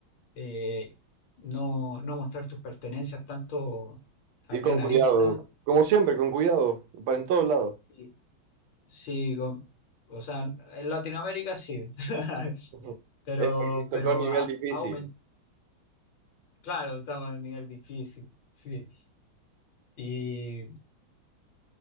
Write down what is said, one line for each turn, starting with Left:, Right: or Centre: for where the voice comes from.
Left: eh, no, no mostrar tus pertenencias tanto
Right: Ir
Left: a plena
Right: con cuidado,
Left: vista.
Right: como siempre, con cuidado, para en todos lados.
Left: Y, sí, con- o sea, en Latinoamérica sí. <laughs>
Right: <laughs>
Left: pero,
Right: Esto tocó
Left: pero
Right: nivel
Left: ha,
Right: difícil.
Left: aumentado, claro, estamos en el nivel difícil, sí. Y,